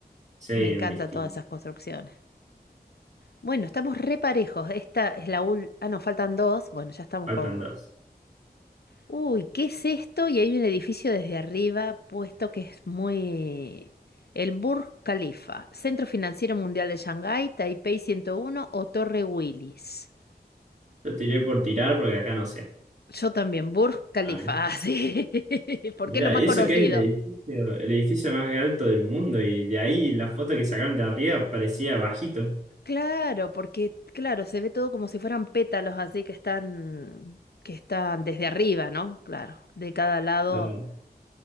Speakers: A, on the right; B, on the left.
A: Sí,
B: Me encanta
A: un distinto.
B: todas esas construcciones. Bueno, estamos re parejos. Esta es la ul... Ah, nos faltan dos. Bueno, ya estamos
A: Faltan
B: por...
A: dos.
B: Uy, ¿qué es esto? Y hay un edificio desde arriba puesto que es muy... El Burj Khalifa, Centro Financiero Mundial de Shanghái, Taipei ciento uno o Torre Willis.
A: Yo tiré por tirar porque acá no sé.
B: Yo también, Burj Khalifa,
A: A ver.
B: <laughs> ah, sí, <laughs> porque
A: Mirá,
B: es lo más
A: y
B: conocido.
A: eso que es el edificio, el edificio más alto del mundo y de ahí la foto que sacaron de arriba parecía bajito.
B: Claro, porque claro, se ve todo como si fueran pétalos así que están que están desde arriba, ¿no? Claro, de cada lado
A: Claro.